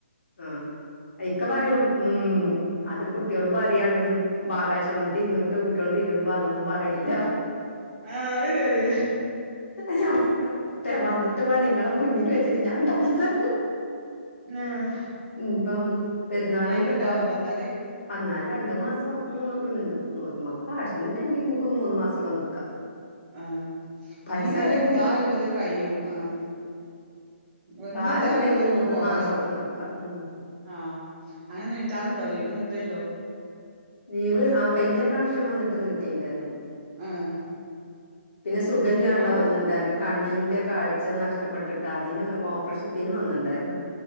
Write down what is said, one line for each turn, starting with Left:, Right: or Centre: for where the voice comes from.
Left: ആഹ് ഇക്ക പറയും ഉം അത് കുട്ടിയോട് പറയാണ് വ വിശന്നിട്ട് ഇരുന്നങ്ങട്ട്. കുട്ടിയോള് തിന്നുമ്പോ അതൊന്നും പറയില്ല.
Right: ആഹ് അത് ശരി
Left: ഞാൻ പറഞ്ഞ് ഇങ്ങള് വരട്ടേ വന്നിട്ട് വേണം നിങ്ങളെ മുന്നിൽ വെച്ചിട്ട് ഞാൻ ഉണ്ടാക്കി തരാം.
Right: ആഹ്
Left: ഇപ്പം പെരുന്നാളായിട്ടിപ്പം
Right: ലീവ് ഇണ്ടാവോ വന്നാല്
Left: വന്നാല്. രണ്ട് മാസം മൂന്ന് ഉം പോരുമ്പോൾ കാശ് ഉണ്ടെങ്കിൽ നമുക്ക് മൂന്നു മാസമൊക്കെ നിക്കാം.
Right: ആഹ്
Left: പൈസ
Right: ലീവ് പറയുമ്പോ
Left: ഉണ്ടെങ്കില്
Right: ദാ പറയുമ്പോ അത് കഴിയും ആഹ്. വന്ന്
Left: കാശുണ്ടെങ്കിൽ
Right: ഇതാരുമ്പഴത്തേക്ക്
Left: മൂന്ന്
Right: പോവാനാവും.
Left: മാസമൊക്കെ നിക്കാം ഉം
Right: ആഹ് അങ്ങനെ നീട്ടാറുണ്ടോ ലീവ് നീട്ടലുണ്ടോ?
Left: ലീവ് ആഹ് കഴിഞ്ഞ പ്രാവശ്യം വന്നിട്ട് നീട്ടി ഇണ്ടായിരുന്നു.
Right: ആഹ്
Left: പിന്നെ സുഖല്യാണ്ട
Right: ടൂറൊക്കെ
Left: വന്നെണ്ടാനെ
Right: പോവോ
Left: കണ്ണിന്. ന്റെ കാഴ്ച നഷ്ടപ്പെട്ടിട്ട് അതിന് ഓപ്പറേഷത്തിന് വന്നെണ്ടായിരുന്നു.